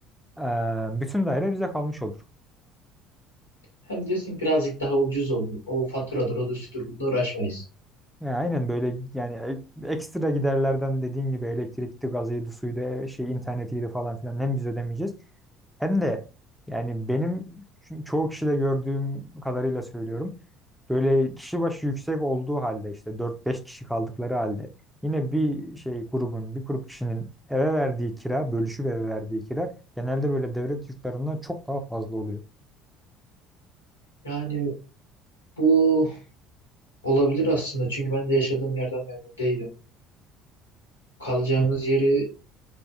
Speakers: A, in the centre; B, on the left (about 75°).
A: eee, bütün daire bize kalmış olur.
B: Hem diyorsun ki birazcık daha ucuz olur. O faturadır, olur, şudur, bununla uğraşmayız.
A: Ya aynen böyle yani e- ekstra giderlerden dediğin gibi elektrikti, gazıydı, suydu, e, şey internetiydi falan filan hem biz ödemeyeceğiz Hem de yani benim ço- çoğu kişide gördüğüm kadarıyla söylüyorum. Böyle kişi başı yüksek olduğu halde işte dört beş kişi kaldıkları halde yine bir şey grubun, bir grup kişinin eve verdiği kira, bölüşüp eve verdiği kira genelde böyle devlet yurtlarından çok daha fazla oluyor.
B: Yani bu olabilir aslında. Çünkü ben de yaşadığım yerden memnun değilim. Kalacağımız
A: Evet.
B: yeri